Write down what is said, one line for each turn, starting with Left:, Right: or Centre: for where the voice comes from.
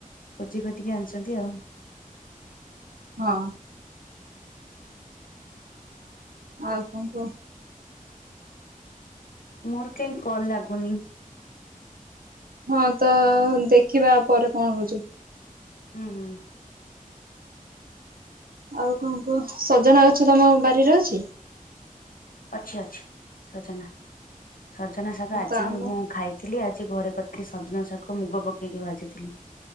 Left: ଖୋଜି ଖୋଜିକି ଆଣିଛନ୍ତି ଆଉ।
Right: ହଁ। ଆଉ କଣ କୁହ?
Left: ମୋର କାଇଁ କଲ ଲାଗୁନି।
Right: ହଁ ତ ଦେଖିବା ପରେ କଣ ହଉଛି।
Left: ହୁଁ ହୁଁ।
Right: ଆଉ କଣ କୁହ? ସଜନା ଗଛ ତମ ବାରିରେ ଅଛି?
Left: ଅଛି ଅଛି ସଜନା। ସଜନା ସାଗ ଆଜି
Right: ତ ଆମ
Left: ବି ମୁଁ ଖାଇ ଥିଲି ଆଜି ଘରେ କରିଥିଲି ସଜନା ଶାଗ ମୁଗ ପକେଇକି ଭାଜିଥିଲି।